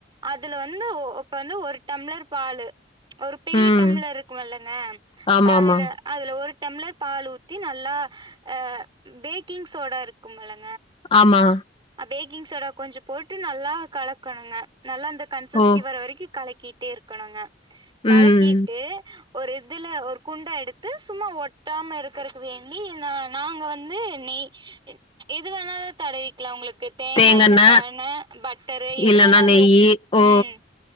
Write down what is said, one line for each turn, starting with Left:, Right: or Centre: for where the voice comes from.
Right: அதுல வந்து ஒ இப்ப வந்து ஒரு டம்ளர் பாலு ஒரு பெரிய
Left: ம்
Right: டம்ளர் இருக்குவல்லங்க
Left: ஆமாமா.
Right: அப்ப அதுல அதுல ஒரு டம்ளர் பால் ஊத்தி நல்லா அ பேக்கிங் சோடா இருக்குமல்லங்
Left: ஆமா
Right: பேக்கிங் சோடா கொஞ்சோ போட்டு நல்லா கலக்கணுங்க நல்லா அந்த கன்சஸ்டி
Left: ஓ
Right: வர வெரிக்கி கலக்கிட் டே இருக்கணுங்க கலக்கிட்டு
Left: ம்.
Right: ஒரு இதுல ஒரு குண்டா எடுத்து சும்மா ஒட்டாம இருக்குறக்கு வேண்டி ந நாங்க வந்து நெ ய் எது வேணாலு தடவிக் கு தேங்காயெண்ண
Left: தேங்கெண்ண
Right: தான பட்டரு எது
Left: இல்லன்னா
Right: வேணாலு
Left: நெய்யி. ஓ!
Right: ம்